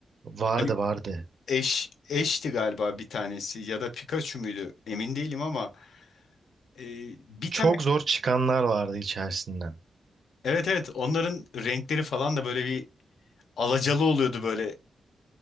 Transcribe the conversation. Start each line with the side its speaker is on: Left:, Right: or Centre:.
Right: Vardı
Left: Hani
Right: vardı.
Left: Eş, eşti galiba bir tanesi ya da Pikachu muydu emin değilim ama e, bir
Right: Çok
Left: tane
Right: zor çıkanlar vardı içerisinden.
Left: evet evet onların renkleri falan da böyle bir alacalı oluyordu böyle